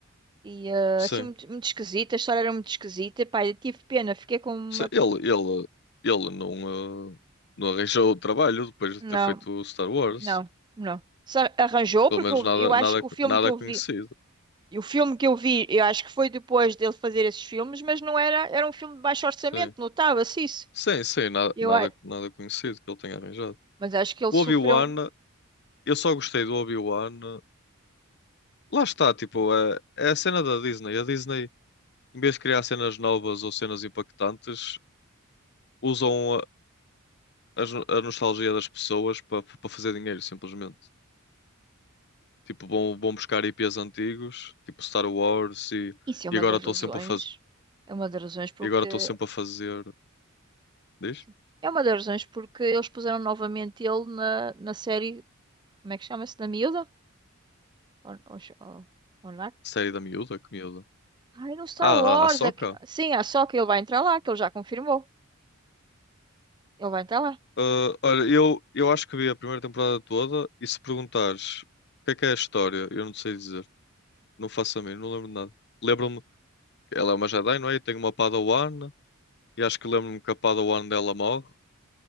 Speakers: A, on the right (about 20°); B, on the left (about 55°).
A: E eh,
B: Sim.
A: assim, muito, muito esquisita. A história era muito esquisita. Pá, eu tive pena, fiquei com uma.
B: Sim. Ele, ele, ele não, eh, não arranjou o trabalho depois de
A: Não,
B: ter feito o Star Wars.
A: não, não. Só arranjou,
B: Pelo
A: porque
B: menos
A: eu,
B: nada,
A: eu acho
B: nada,
A: que o filme
B: nada
A: que eu
B: conhecido.
A: vi. E o filme que eu vi, eu acho que foi depois dele fazer esses filmes, mas não era. Era um filme de baixo orçamento,
B: Sim.
A: notava-se isso.
B: Sim, sim, nada,
A: Eu,
B: nada,
A: a-
B: nada conhecido que ele tenha arranjado.
A: mas acho que ele
B: O
A: sofreu.
B: Obi-Wan, eu só gostei do Obi-Wan. Lá está, tipo, é, é a cena da Disney. A Disney, em vez de criar cenas novas ou cenas impactantes, usam as- a nostalgia das pessoas para para fazer dinheiro, simplesmente. Tipo, vão, vão buscar IPs antigos, tipo Star Wars, e,
A: Isso é uma
B: e agora
A: das
B: estou
A: razões.
B: sempre a fazer.
A: É uma das razões porque.
B: E agora estou sempre a fazer. Diz?
A: sim, É uma das razões porque eles puseram novamente ele na, na série. Como é que chama-se? Da Miúda? On, on,
B: Série da miúda? Que miúda?
A: Ai, no Star
B: Ah,
A: Wars.
B: a a Ahsoka?
A: é que- Sim, é só que ele vai entrar lá, que ele já confirmou. Ele vai entrar lá.
B: Ah, olha, eu, eu acho que vi a primeira temporada toda e se perguntares o que é que é a história, eu não sei dizer. Não faço a mim, não lembro de nada. Lembro-me que ela é uma Jedi, não é? E tem uma Padawan, e acho que lembro-me que a Padawan dela morre